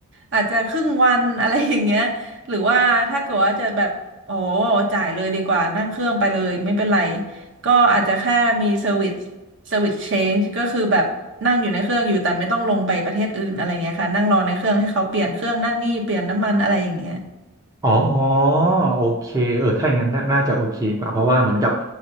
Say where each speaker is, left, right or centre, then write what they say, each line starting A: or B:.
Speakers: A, on the right (about 55°); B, on the right (about 15°).
A: อาจจะครึ่งวันอะไรอย่างเงี้ยหรือว่าถ้าเกิดว่าจะแบบโอ้จ่ายเลยดีกว่านั่งเครื่องไปเลยไม่เป็นไรก็อาจจะแค่มีเซอร์วิสเซอร์วิสเชนจ์ก็คือแบบนั่งอยู่ในเครื่องอยู่แต่ไม่ต้องลงไปประเทศอื่นอะไรเงี้ยค่ะนั่งรอในเครื่องให้เขาเปลี่ยนเครื่องนั่นนี่เปลี่ยนน้ำมันอะไรอย่างเงี้ย
B: อ๋อโอเคเออถ้าอย่างนั้นน่าน่าจะโอเคกว่าเพราะว่าเหมือนกับ